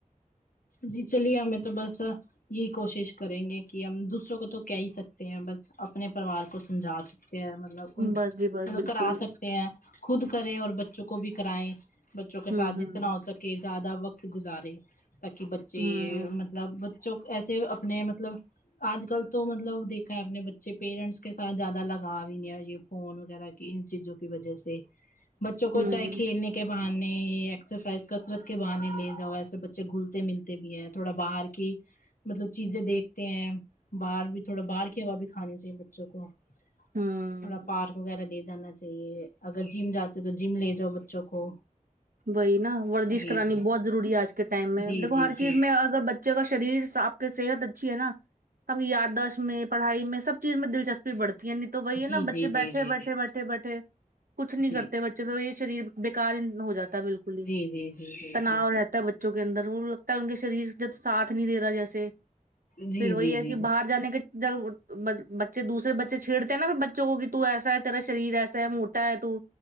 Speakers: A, on the left (about 80°); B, on the right (about 80°).
A: جی چلیے ہمیں تو بس یہی کوشش کریں گے کہ ہم دوسروں کو تو کہہ ہی سکتے ہیں بس اپنے پریوار کو سمجھا سکتے ہیں مطلب مطلب
B: بس جی بس بالکل
A: کرا سکتے ہیں خود کریں اور بچوں کو بھی کرائیں بچوں کے
B: ہوں
A: ساتھ
B: ہوں
A: جتنا ہو سکے کہ زیادہ وقت گزارے تاکہ بچے
B: ہوں
A: یہ مطلب جو ایسے اپنے مطلب آج کل تو مطلب دیکھا ہے اپنے بچے پیرنٹس کے ساتھ زیادہ لگاؤ ہی نہیں ہے یہ فون وغیرہ کی ان چیزوں کی وجہ سے بچوں کو
B: ہوں
A: چاہے
B: ہوں
A: کھیلنے کے بہانے ایکسرسائز کثرت کے بہانے لے جاؤ ایسے بچے گھلتے ملتے بھی ہے تھوڑا باہر کی مطلب چیزیں دیکھتے ہیں باہر بھی تھوڑا باہر کی ہوا بھی کھانی چاہیے بچوں کو تھوڑا
B: ہوں
A: پارک وغیرہ لے جانا چاہیے اگر جم جاتے تو جم لے جاؤ بچوں کو
B: وہی نا وردش
A: جی
B: کرانی
A: جی
B: بہت ضروری ہے اج کے ٹائم میں
A: جی
B: دیکھو
A: جی
B: ہر
A: جی
B: چیز میں اگر بچ بچے کا شریر ساتھ میں صحت اچھی ہے نا ہمیں یاداشت میں پڑھائی میں سب چیز میں دلچسپی بڑھتی یعنی تو وہی ہے
A: جی
B: نا
A: جی
B: بچے
A: جی
B: بیٹھے
A: جی
B: بیٹھے بیٹھے بیٹھے کچھ نہیں
A: جی
B: کرتے بچے یہ شریر بیکار ہو جاتا ہے بالکل ہی
A: جی جی جی جی جی جی
B: تناؤ رہتا ہے بچ بچوں کے اندر وہ لگتا ہے ان کے شریر جب ساتھ نہیں دے رہا جیسے
A: جی
B: پھر وہی
A: جی
B: ہے
A: جی
B: کہ باہر جانے کے جب بچے دوسرے بچے چھیڑتے ہیں نا پھر بچوں کو کہ تو ایسا ہے تیرا شریر ایسا ہے موٹا ہے تو